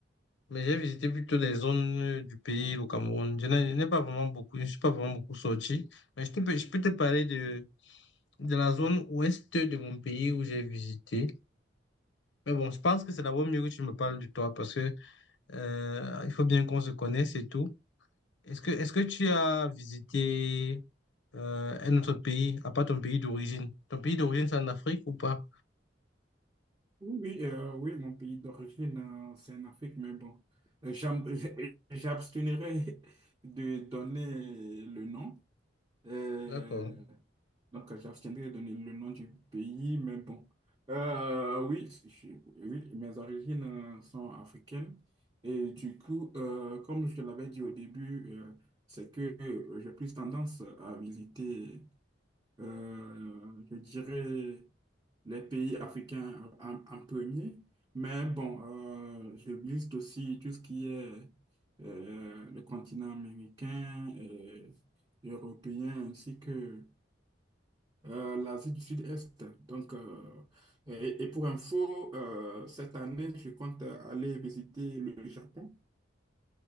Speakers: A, on the left; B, on the right.
A: mais j'ai visité plutôt les zones euh, du pays, le Cameroun. Je n'ai je n'ai pas vraiment beaucoup, je suis pas vraiment beaucoup sorti, mais je te peux, je peux te parler de, de la zone ouest de mon pays où j'ai visité. Mais bon, je pense que c'est d'abord mieux que tu me parles de toi parce que euh, il faut bien qu'on se connaisse et tout. Est-ce que, est-ce que tu as visité euh, un autre pays, à part ton pays d'origine? Ton pays d'origine, c'est en Afrique ou pas?
B: Oui, euh, oui, mon pays d'origine, euh, c'est en Afrique, mais bon, euh, j'ab- <laughs> j'abstiendrai de donner le nom. Euh,
A: D'accord.
B: donc, euh, j'abstiendrai de donner le nom du pays, mais bon. Euh, oui, je- oui, mes origines euh, sont africaines. Et du coup, euh, comme je te l'avais dit au début, euh, c'est que euh, j'ai plus tendance à visiter euh, je dirais les pays africains en, en premier. Mais bon, euh, je liste aussi tout ce qui est euh, le continent américain, et européen, ainsi que euh, l'Asie du Sud-Est. Donc, euh, et, et pour info, euh, cette année, je compte aller visiter le Japon.